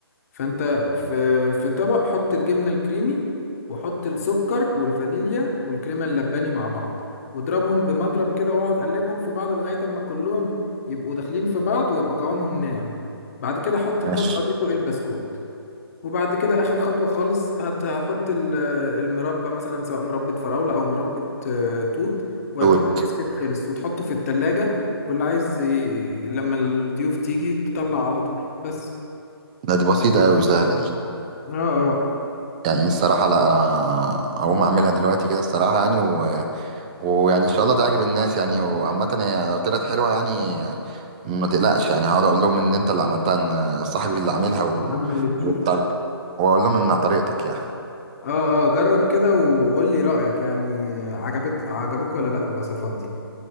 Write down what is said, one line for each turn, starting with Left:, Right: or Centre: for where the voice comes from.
Left: فانت في في طبق حط الجبنه الكريمي وحط السكر والفانيليا والكريمه اللباني مع بعض واضربهم بمضرب كده واقعد قلبهم في بعض لغايه اما كلهم يبقوا داخلين في بعض ويبقى قوامهم ناعم بعد كده حط الطبقه
Right: ماشي
Left: دي فوق البسكوت وبعد كده اخر خطوه خالص هت- هحط ال- المربى مثلا سواء مربى فراوله او مربى آه، توت وهيكون
Right: دول
Left: التشيز كيك خلص وتحطه في التلاجة واللي عايز ي... لما الضيوف تيجي تطلع على طول بس
Right: ده دي بسيطة أوي وسهلة دي
Left: اه اه
Right: يعني الصراحة لا أنا هقوم أعملها دلوقتي كده الصراحة يعني و... ويعني إن شاء الله تعجب الناس يعني وعامة هي لو طلعت حلوة يعني ما تقلقش يعني هقعد أقول لهم إن أنت اللي عملتها إن صاحبي اللي عاملها و...
Left: يا عم اللي تشوفه
Right: والطريق وأقول لهم إنها طريقتك يعني
Left: اه اه جرب كده وقول لي رأيك يعني عجبت عجبك ولا لا الوصفات دي